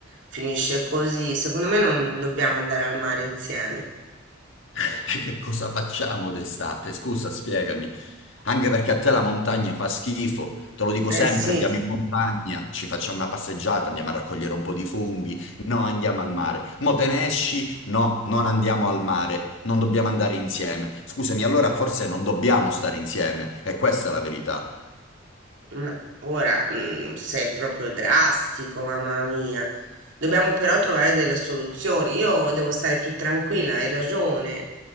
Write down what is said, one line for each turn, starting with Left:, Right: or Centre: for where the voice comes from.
Right: finisce così. Secondo me non dobbiamo andare al mare insieme.
Left: <laughs> E Che cosa facciamo d'estate? Scusa, spiegami. Anche perché a te la montagna fa schifo, te lo dico sempre,
Right: Eh sì.
Left: andiamo in montagna, ci facciamo una passeggiata, andiamo a raccogliere un po' di funghi, no, andiamo al mare. Mo te ne esci? No, non andiamo al mare, non dobbiamo andare insieme. Scusami, allora forse non dobbiamo stare insieme, e questa è la verità.
Right: Ma ora, mm, sei proprio drastico, mamma mia. Dobbiamo però trovare delle soluzioni. Io devo stare più tranquilla, hai ragione.